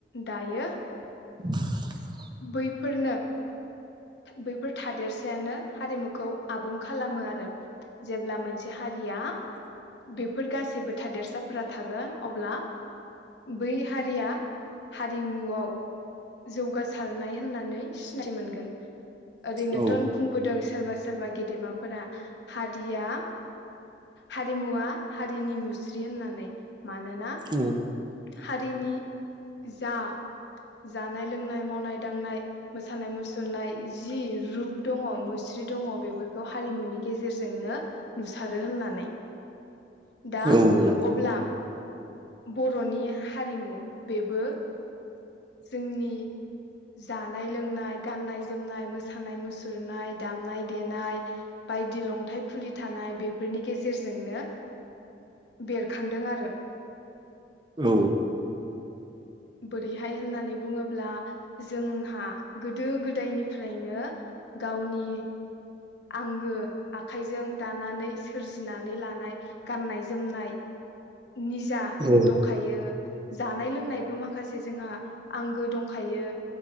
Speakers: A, on the left (about 75°); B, on the right (about 25°).
A: दायो
B: <inaudible>
A: बैफोरनो बैफोर थादेरसायानो हारिमुखौ आबुं खालामो आरो। जेब्ला मोनसे हारिया बेफोर गासैबो थादेरसाफोरा थागोन अब्ला बै हारिया हारिमुआव जौगासारनाय होननानै सिनायथि मोनगोन। ओरैनोथ
B: औ
A: बुंबोदों सोरबा सोरबा गेदेमाफोरा हारिया हारिमुवा हारिनि मुस्रि होननानै मानो ना
B: औ
A: हारिनि जा जानाय लोंनाय मावनाय दांनाय मोसानाय मुसुरनाय जि रुप दङ मुस्रि दङ बेफोरखौ हारिमुनि गेजेरजोंनो नुसारो होननानै दा
B: औ नंगौ
A: अब्ला बर'नि हारिमु बेबो जोंनि जानाय लोंनाय गाननाय जोमनाय मो मोसानाय मुसुरनाय दामनाय देनाय बायदि लंथाइ खुलि थानाय बेफोरनि गेजेरजोंनो बेरखांदों आरो।
B: औ।
A: बोरैहाय होननानै बुङोब्ला जोंहा गोदो गोदायनिफ्रायनो गावनि आंगो आखाइजों दानानै सोरजिनानै लानाय गाननाय जोमनाय निजा
B: औ
A: दंखायो। जानाय लोंनायबो माखासे जोंहा आंगो दंखायो